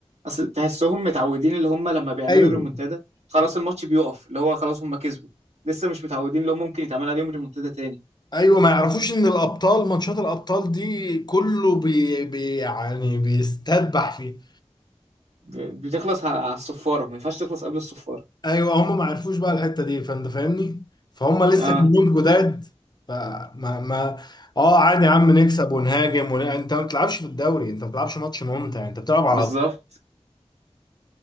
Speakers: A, on the right (about 85°); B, on the left (about 40°).
A: اصل تحسهم متعودين اللي هم لما بيعملوا
B: ايوه
A: ريمونتادا خلاص الماتش بيقف اللي هو خلاص هم كسبوا لسه مش متعودين اللي هم ممكن يتعمل عليهم ريمونتادا تاني
B: ايوه ما يعرفوش ان الابطال ماتشات الابطال دي كله بي بي يعني بيستذبح فيه
A: ب- بتخلص ع- على الصفاره ما ينفعش تخلص قبل الصفاره
B: ايوه هم ما عرفوش بقى الحته دي فانت فاهمني فهم لسه
A: اه
B: كلهم جداد فما ما اه عادي يا عم نكسب ونهاجم ون... انت ما بتلعبش في الدوري انت ما بتلعبش ماتش ممتع انت بتلعب على
A: بالظبط